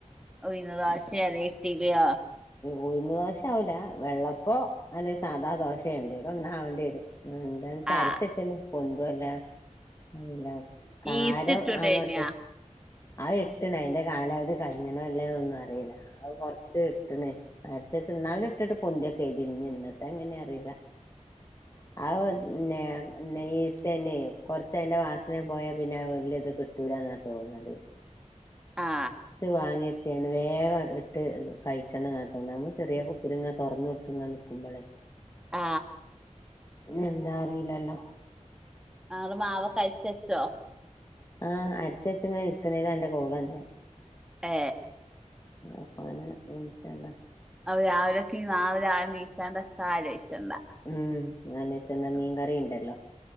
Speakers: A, in the centre; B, on the left.
A: ഉഴിന്ന് ദോശയോ അതോ ഇട്ടിലിയോ
B: ഉഴുന്ന് ദോശ ആവില്ല വെള്ളപ്പോ അല്ലെ സാധാ ദോശയോ എന്തേലും ഒന്നാവേണ്ടി വരും എന്താന്ന്
A: ആ
B: അരച്ച് വെച്ചിന് പൊന്തോ ഇല്ലേ അതല്ല കാരം
A: ഈസ്റ്റ് ഇട്ടൂടേന്യോ
B: ആ മറ്റ അത് ഇട്ട്ണ് അയിന്റെ കാലാവധി കഴിഞ്ഞണോ ഇല്ലെന്ന് ഒന്നോന്നും അറിയില്ല അ കൊറച്ച് ഇട്ട്ണ് അരച്ച വെച്ചത് ന്നാൾ ഇട്ടിട്ട് പൊന്തിയൊക്കെ ചെയ്തിന് ഇന്നത്തെ എങ്ങനെ അറിയില്ല ആ ന്നെ പിന്നെ ഈസ്റ്റന് കൊറച്ച അതിന്റെ വാസന പോയാ പിന്നെ വലിയ ഇത് കിട്ടൂലന്നാ തോന്നത്
A: ആ
B: <unintelligible> വാങ്ങി വെച്ച്ണ് വേഗം ഇട്ട് കഴിച്ചണ് നമ്മൾ ചെറിയ കുപ്പില ഇങ്ങെ തുറന്ന് കൊടു തങ്ങനെ നിക്കുമ്പളെ
A: ആ
B: എന്താ അറീലല്ലോ
A: ആ മാവൊക്കെ അരിച്ചു വെച്ചോ
B: ആ അരച്ചെച്ച്ങ്ങന ഇരിക്ക്ണേലാ അന്റെ കോള് വന്നെ
A: ഏ
B: അപ്പ അങ്ങനെ വിളിച്ചണ്ടാ
A: അപ്പോ രാവിലെയൊക്കെ നാളെ രാവിലെ നീച്ചാണ്ട് എത്ത ആലോയ്ച്ചണ്ട
B: ഉം <unintelligible> മീൻകറിയുണ്ടല്ലോ